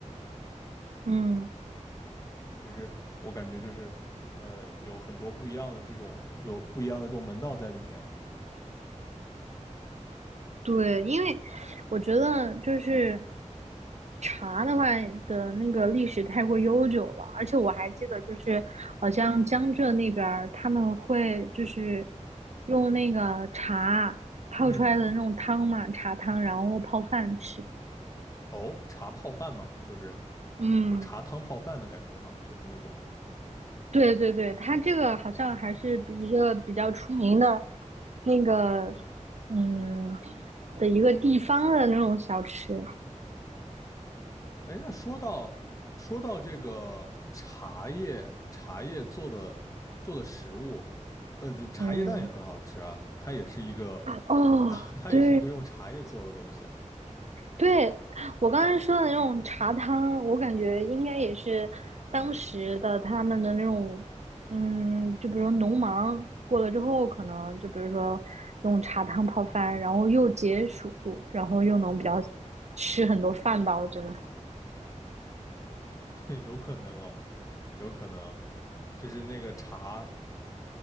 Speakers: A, on the right; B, on the left.
A: 嗯，
B: 就是我感觉就是呃有很多不一样的这种有不一样的这种门道在里面。
A: 对，因为我觉得就是。茶的话的那个历史太过悠久了，而且我还记得，就是好像江浙那边儿他们会就是用那个茶泡出来的那种汤嘛，
B: 嗯，
A: 茶汤，然后泡饭吃。
B: 哦，茶泡饭嘛，就是
A: 嗯，
B: 说茶汤泡饭的感觉嘛，就是那种。
A: 对对对，它这个好像还是一个比较出名的，那个嗯的一个地方的那种小吃。
B: 哎，那说到说到这个茶叶茶叶做的做的食物，呃，这茶叶蛋也很好吃啊，
A: 嗯，
B: 它也是一个
A: 哦，
B: 啊，<laughs> 它也是一个用茶叶做的东西啊。
A: 对，对，我刚才说的那种茶汤，我感觉应该也是当时的他们的那种，嗯，就比如说农忙过了之后，可能就比如说用茶汤泡饭，然后又解暑，然后又能比较吃很多饭吧，我觉得。
B: <laughs> 有可能哦，有可能就是那个茶，